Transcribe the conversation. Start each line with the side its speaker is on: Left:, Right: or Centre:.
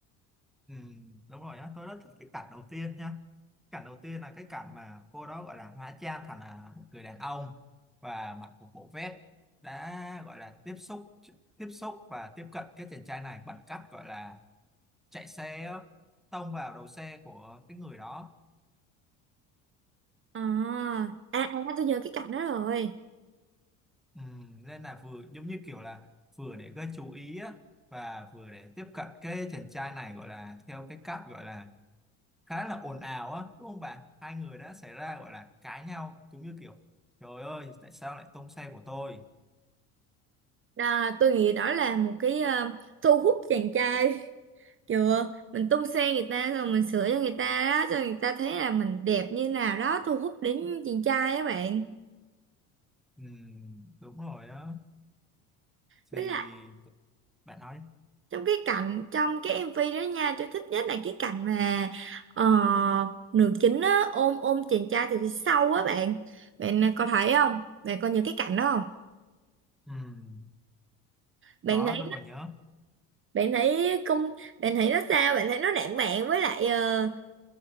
Centre: ừ, đúng rồi nhá tôi rất thích cái cảnh đầu tiên nha cảnh đầu tiên là cái cảnh mà cô đó gọi là hóa trang thành là một người đàn ông và mặc một bộ vest đã gọi là tiếp xúc tiếp xúc và tiếp cận cái chàng trai này bằng cách gọi là chạy xe á, tông vào đầu xe của cái người đó
Right: À, à, à tôi nhớ cái cảnh đó rồi.
Centre: Ừm, nên là vừa giống như kiểu là vừa để gây chú ý á, và vừa để tiếp cận cái chàng trai này gọi là theo cái cách gọi là khá là ồn ào á đúng không bà hai người đã xảy ra gọi là cãi nhau giống như kiểu trời ơi tại sao lại tông xe của tôi
Right: Đó, tôi nghĩ đó là một cái ờ, thu hút chàng trai <laughs> kiểu mình tung xe người ta rồi mình sửa cho người ta đó cho người ta thấy là mình đẹp như nào đó thu hút đến chàng trai á bạn
Centre: Ừm, đúng rồi á thì
Right: với lại
Centre: bạn nói đi.
Right: trong cái cảnh trong cái MV đó nha tôi thích nhất là cái cảnh mà ờ, nữ chính á, ôm ôm chàng trai từ phía sau á bạn bạn à, có thấy không bạn có nhớ cái cảnh đó không
Centre: Ừm,
Right: bạn
Centre: có
Right: thấy
Centre: tôi còn nhớ
Right: bạn thấy không bạn thấy nó sao bạn thấy nó lãng mạn với lại ờ,